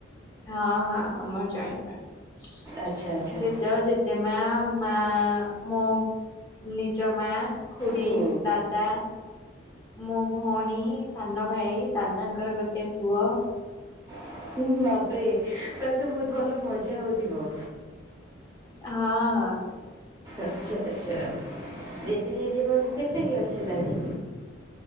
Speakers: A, on the left; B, on the right.
A: ହଁ ହଁ ଆମ ଜଏଣ୍ଟ ଫାମିଲ୍।
B: ଆଚ୍ଛା ଆଚ୍ଛା
A: ଜେଜ, ଜେଜେମାଆ ମା ମୋ ନିଜ ମା, ଖୁଡ଼ି,
B: ହୁଁ
A: ଦାଦା ମୋ ଭଉଣୀ, ସାନଭାଇ, ଦାଦାଙ୍କର ଗୋଟେ ପୁଅ।
B: ଉଁ ହୁଁ ବାପରେ ତାହେଲେ ତ ବହୁତ ଭଲ ମଜା ହଉଥିବ?
A: ହଁ ହଁ।
B: ଆଚ୍ଛା ଆଚ୍ଛା। ଜେଜେ, ଜେଜେମାଆଙ୍କୁ କେତେ ଇୟର୍ସ ହେଲାଣି?